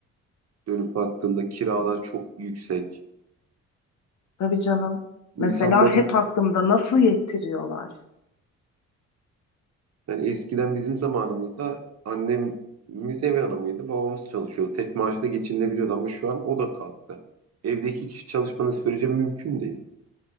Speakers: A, on the right; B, on the left.
A: Dönüp baktığında kiralar çok yüksek.
B: Tabii canım.
A: İnsanların
B: Mesela hep aklımda nasıl yettiriyorlar.
A: Yani eskiden bizim zamanımızda annemiz ev hanımıydı, babamız çalışıyordu. Tek maaşla geçinebiliyordu ama şu an o da kalktı. Evde iki kişi çalışmanın sürece mümkün değil.